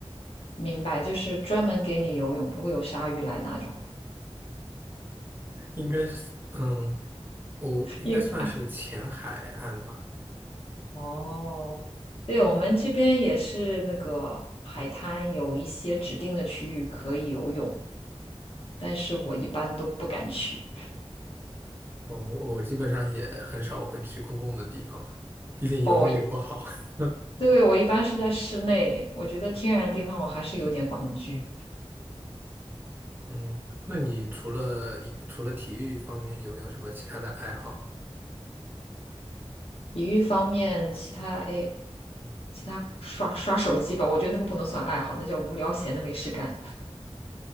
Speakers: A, on the left; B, on the right.
A: 明白，就是专门给你游泳，不会有鲨鱼来那种。
B: 应该是，嗯。我应该算是前海岸吧。
A: 因哦，对，我们这边也是那个海滩有一些指定的区域可以游泳，但是我一般都不敢去。
B: 嗯，我我基本上也很少会去公共的地方了，毕竟游的也不好。
A: 哦，
B: <laughs>
A: 对，我一般是在室内，我觉得天然地方我还是有点恐惧。
B: 嗯，那你除了除了体育方面，有没有什么其他的爱好？
A: 体育方面，其他哎，其他刷刷手机吧，我觉得那个不能算爱好，那叫无聊闲的没事干。